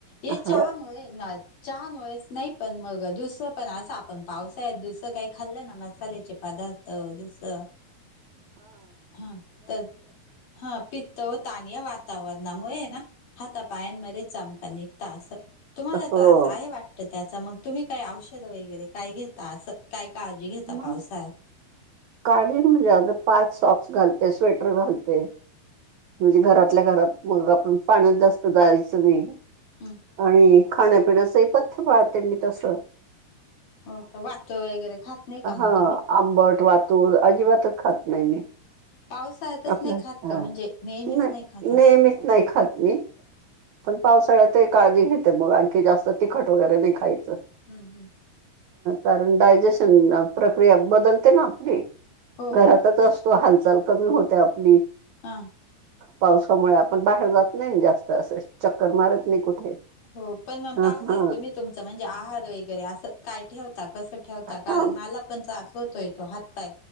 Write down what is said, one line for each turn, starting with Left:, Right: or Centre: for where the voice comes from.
Left: ए
Right: हा
Left: चहामुळे नाय चहामुळेच नाही पण मग दुसरं पण असं आपण पावसाळ्यात दुसरं काही खाल्लं ना मसाल्याचे पदार्थ तर दुसर
Right: हम्म
Left: हा, तर हा पित्त होत आणि या वातावरणामुळे ना हाता पायांमध्ये ते चमका निघता अस, तुम्हाला
Right: हो
Left: त्रास आहे वाटत त्याचा, मग तुम्ही काही औषध वगरे काय घेता, असं काय काळजी घेता
Right: म
Left: पावसाळ्यात?
Right: काळजी म्हणजे असं पायात सॉक्स घालते, स्वेटर घालते म्हणजे घरातल्या घरात मग आपण पाण्यात जास्त जायचं नहीं
Left: हम्म
Right: आणि खाण्या पिण्याचंही पथ्य पाळते मी तस
Left: हो का? वातुळ वगैरे खात नाही का
Right: हा
Left: मग तुम्ही
Right: आंबट, वातूळ, अजिबात
Left: हम्म
Right: खात नाही मी
Left: पावसाळ्यातच
Right: आपल्या
Left: नाही खात
Right: हा,
Left: का म्हणजे नेहमीच
Right: नाही
Left: खात असं
Right: नेहमीच नाही खात मी पण पावसाळ्यात ही काळजी घेते, मग आणखी जास्त तिखट वगैरे नाही खायचं
Left: हम् हम्
Right: कारण डायजेशन प्रक्रिया बदलते ना आपली
Left: हो
Right: घरातच असतो, हालचाल कमी होते आपली.
Left: हा.
Right: पावसामुळे आपण बाहेर जात नाही जास्त असं. चक्कर मारत नाही कुठे.
Left: हो, पण मग
Right: ह
Left: पावसाळ्यात
Right: हा
Left: तुम्ही तुमच म्हणजे आहार वगैरे असं काय ठेवता? कसं ठेवता? कारण
Right: हा
Left: मला पण त्रास होतोय तो, हातपाय